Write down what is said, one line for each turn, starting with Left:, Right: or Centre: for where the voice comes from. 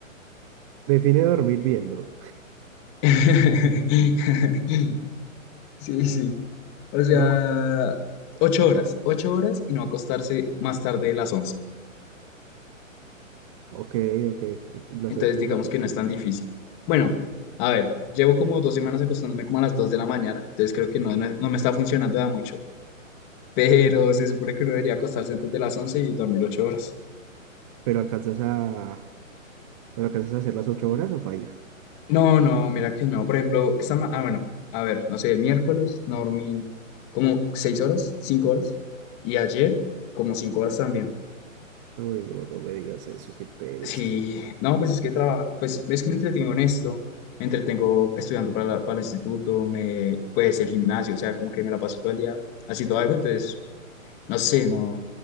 Right: Define dormir bien, bro.
Left: <laughs> Sí, sí. O sea,
Right: No,
Left: ocho horas, ocho horas y no acostarse más tarde de las once.
Right: ok, ok, ocho- las
Left: Entonces,
Right: ocho
Left: digamos
Right: horitas.
Left: que no es tan difícil. Bueno, a ver, llevo como dos semanas acostándome como a las dos de la mañana, entonces creo que no, no, no me está funcionando da mucho. Pero se supone que uno debería acostarse antes de las once y dormir ocho horas.
Right: Pero alcanzas a, pero alcanzas a hacer las ocho horas o baila.
Left: No, no, mira que no. Por ejemplo, esta ma- ah, bueno, a ver, no sé, el miércoles no dormí como seis horas, cinco horas, y ayer como cinco horas también.
Right: Uy, bro, no me digas eso, qué pereza.
Left: Sí, no, pues es que trabajo, pues es que me entretengo en esto, me entretengo estudiando para, la- para el instituto, me, pues el gimnasio, o sea, como que me la paso todo el día haciendo algo, entonces, no sé, no,